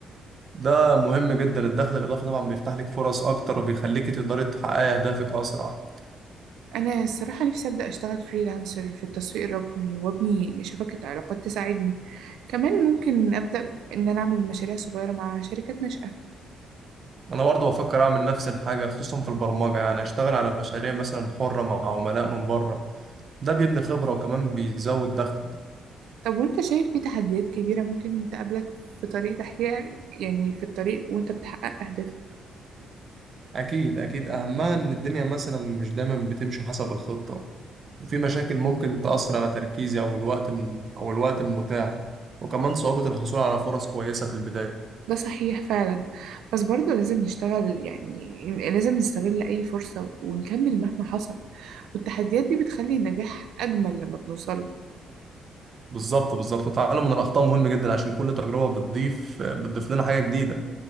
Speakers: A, on the right (about 45°); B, on the right (about 80°).
A: ده مهم جدا الدخل الإضافي طبعا بيفتح لك فرص أكتر وبيخليك تقدري تحققي أهدافك أسرع
B: أنا الصراحة نفسي أبدأ أشتغل فريلانسر في التسويق الرقمي وأبني شبكة علاقات تساعدني كمان ممكن أبدأ إن أنا أعمل مشاريع صغيرة مع شركات ناشئة
A: أنا برضه بفكر أعمل نفس الحاجة خصوصا في البرمجة يعني أشتغل على مشاريع مثلا حرة مع عملاء من بره ده بيبني خبرة وكمان بيزود دخل
B: طب وأنت شايف في تحديات كبيرة ممكن تقابلك في طريق تحقيق يعني في الطريق وأنت بتحقق أهدافك
A: أكيد أكيد أهمها إن الدنيا مثلا مش دايما بتمشي حسب الخطة وفي مشاكل ممكن تأثر على تركيزي أو الوقت الم... أو الوقت المتاح وكمان صعوبة الحصول على فرص كويسة في البداية
B: ده صحيح فعلا بس برضه لازم نشتغل يعني لازم نستغل أي فرصة ونكمل مهما حصل والتحديات دي بتخلي النجاح أجمل لما بنوصله
A: بالظبط بالظبط التعلم من الأخطاء مهم جدا عشان كل تجربة بتضيف بتضيف لنا حاجة جديدة